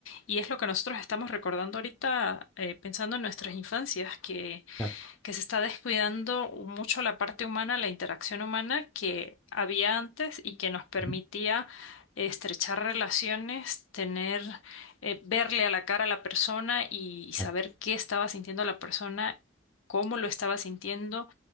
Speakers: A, on the left; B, in the centre.
A: y es lo que nosotros estamos recordando ahorita eh, pensando en nuestras infancias, que
B: claro,
A: que se está descuidando mucho la parte humana, la interacción humana que había antes y que nos permitía
B: ujú,
A: estrechar relaciones, tener, eh, verle a la cara a la persona y y saber
B: claro,
A: qué estaba sintiendo la persona, cómo lo estaba sintiendo